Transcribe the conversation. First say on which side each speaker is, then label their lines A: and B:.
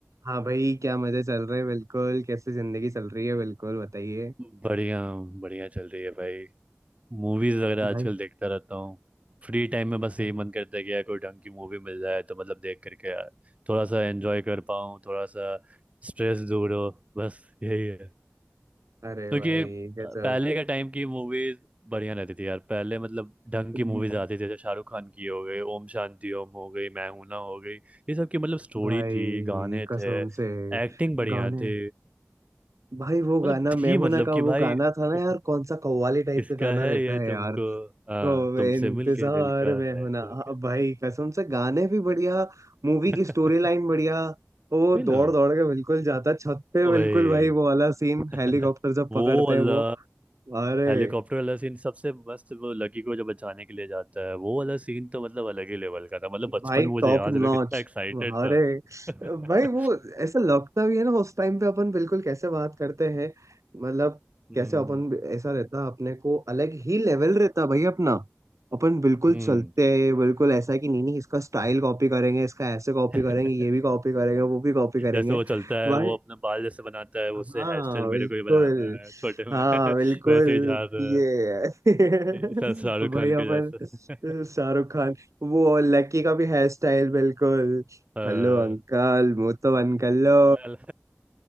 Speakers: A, on the right; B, on the right.
A: हाँ भाई क्या मजे चल रहे हैं बिल्कुल कैसे जिंदगी चल रही है बिल्कुल बताइए
B: बढ़िया बढ़िया चल रही है भाई मूवीज वगैरह
A: भाई
B: आजकल देखता रहता हूँ फ्री टाइम में बस
A: अरे
B: यही मन करता है कि यार कोई ढंग की मूवी मिल जाए तो मतलब देख करके यार थोड़ा सा एंजॉय कर पाऊँ थोड़ा सा स्ट्रेस दूर हो बस यही है
A: अरे
B: क्योंकि
A: भाई गजब
B: पहले का टाइम की मूवीज बढ़िया रहती थी यार पहले मतलब ढंग
A: हम्म,
B: की मूवीज आती थी जैसे शाहरुख खान की हो गई ओम शांति ओम हो गई मैं हूं ना हो गई ये सब की मतलब स्टोरी
A: भाई
B: थी गाने
A: कसम
B: थे
A: से
B: एक्टिंग बढ़िया
A: गाने
B: थी
A: भाई वो गाना
B: मतलब थी
A: मैं हूं
B: मतलब
A: ना का
B: कि भाई
A: वो गाना था ना
B: <laughs>
A: यार कौन सा कव्वाली टाइप
B: किसका
A: का गाना
B: है
A: रहता
B: ये
A: है
B: तुमको
A: यार
B: हाँ
A: तो
B: तुमसे
A: इंतजार
B: मिलके दिल का
A: मैं
B: है
A: हूं ना
B: तो
A: हाँ,
B: क्या
A: भाई कसम से गाने भी बढ़िया मूवी
B: <laughs>
A: की स्टोरी लाइन बढ़िया वो
B: वही
A: दौड़
B: ना
A: दौड़ के बिल्कुल जाता छत पे बिल्कुल
B: ओए
A: भाई वो वाला सीन
B: <laughs>
A: हेलीकॉप्टर जब
B: वो
A: पकड़ते
B: वाला
A: हैं वो अरे
B: हेलीकॉप्टर वाला सीन सबसे मस्त वो लकी को जब बचाने के लिए जाता है वो वाला सीन तो मतलब अलग ही लेवल का था मतलब बचपन
A: भाई
B: में मुझे
A: टॉप
B: याद
A: नॉच
B: है मैं कितना एक्साइटेड
A: अरे
B: था <laughs>
A: भाई वो ऐसा लगता भी है ना उस टाइम पे अपन बिल्कुल कैसे बात करते हैं मतलब
B: हम्म
A: कैसे अपन ऐसा रहता अपने को अलग ही लेवल रहता भाई अपना अपन बिल्कुल
B: हम्म
A: चलते हैं बिल्कुल ऐसा है कि नहीं नहीं इसका स्टाइल कॉपी करेंगे इसका ऐसे कॉपी
B: <laughs>
A: करेंगे ये भी कॉपी करेंगे वो भी कॉपी करेंगे
B: जैसे वो चलता है
A: भाई
B: वो अपना बाल जैसे बनाता है उससे
A: हाँ
B: हेयर स्टाइल मेरे
A: बिल्कुल
B: को ही बनाना है छोटे में
A: हाँ
B: <laughs>
A: बिल्कुल
B: वैसे ही जा रहा
A: ये <laughs>
B: है शाहरुख
A: भाई
B: खान के
A: अपन
B: जैसे <laughs>
A: शाहरुख खान वो लकी का भी हेयर स्टाइल बिल्कुल
B: हाँ,
A: हेलो अंकल मुंह तो बंद कर लो
B: अल-